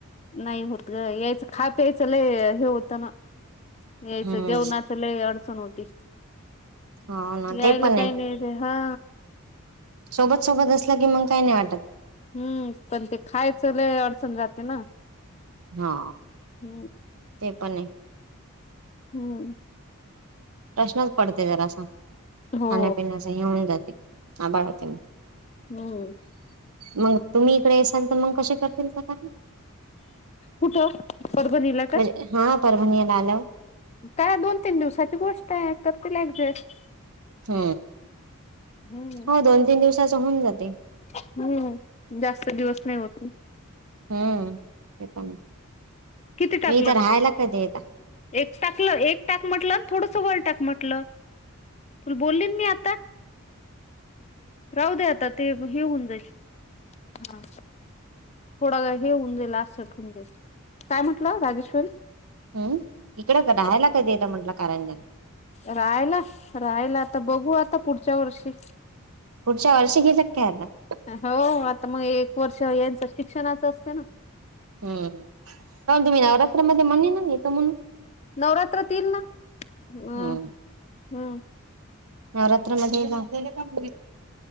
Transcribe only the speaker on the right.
हम्म
हो ना
ते पण
आहे
सोबत, सोबत असलं की मग काय नाही वाटत.
हा.
ते पण आहे.
प्रश्नच पडते जरासा,
खाण्यापिण्याचं हे होऊन जाते आबाळ. ते,
मग तुम्ही इकडे असाल तर मग कसे करतील चपाती?
म्हणजे हा परभणीला आलव
हो,
हो दोन, तीन दिवसाच होऊन जाते.
हम्म हे पण
मी इथं राहायला कधी येता
हम्म इकडे राहायला कधी येत म्हटलं कारंजन.
पुढच्या आयुष्यात घेला काय आता?
हम्म पण तुम्ही नवरात्रामध्ये म्हणले ना येतो म्हणून.
हम्म.
नवरात्रामध्ये एकदा.